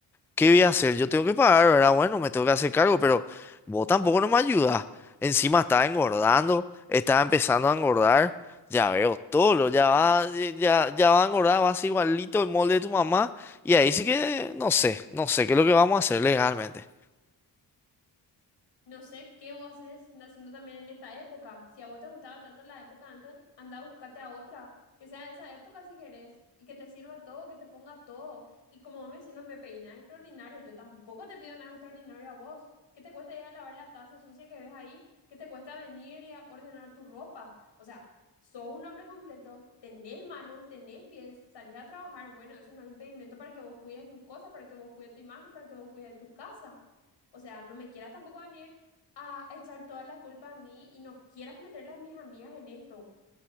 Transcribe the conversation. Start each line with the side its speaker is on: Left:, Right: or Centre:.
Centre: ¿Qué voy a hacer? Yo tengo que pagar, ¿verdad? Bueno, me tengo que hacer cargo, pero vos tampoco no me ayudas. Encima estaba engordando, estaba empezando a engordar. Ya veo todo, lo- ya va, ya, ya va a engordar, va a ser igualito el molde de tu mamá. Y ahí sí que no sé, no sé qué es lo que vamos a hacer legalmente.
Left: No sé qué vos haces naciendo también en esta época. Si a vos te gustaba tanto la época antes, anda, a buscarte a otra. Que sea de esa época si querés. Y que te sirva todo, que te ponga todo. Y como vos me decís, no me pedís nada extraordinario. Yo tampoco te pido nada extraordinario a vos. ¿Qué te cuesta ir a lavar la taza sucia que ves ahí? ¿Qué te cuesta venir y a ordenar tu ropa? O sea, sos un hombre completo. Tenés manos, tenés pies. Salís a trabajar. Bueno, eso no es impedimento para que vos cuides tus cosas, para que vos cuides tu imagen, para que vos cuides tu casa. O sea, no me quieras tampoco venir a echar toda la culpa a mí y no quieras meterle a mis amigas en esto.